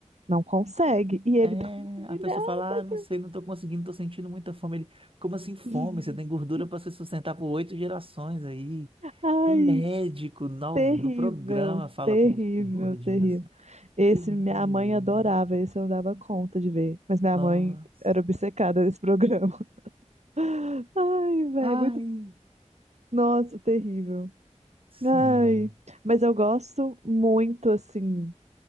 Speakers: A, on the right; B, on the right.
A: não consegue e ele
B: É,
A: dá uma humilhada,
B: a pessoa fala, ah, não
A: cara.
B: sei, não tô conseguindo, tô sentindo muita fome. Ele, como assim fome?
A: <laughs>
B: Você tem gordura para se sustentar por oito gerações aí.
A: Ai,
B: O médico no,
A: terrível,
B: no programa fala
A: terrível,
B: com os gordinhos
A: terrível.
B: assim.
A: Esse
B: "É terrível".
A: minha mãe adorava, esse eu não dava conta de ver, mas minha
B: Nossa.
A: mãe era obcecada nesse programa. <laughs> Ai, velho,
B: Ai,
A: muito, nossa, terrível.
B: sim.
A: Ai, mas eu gosto muito, assim,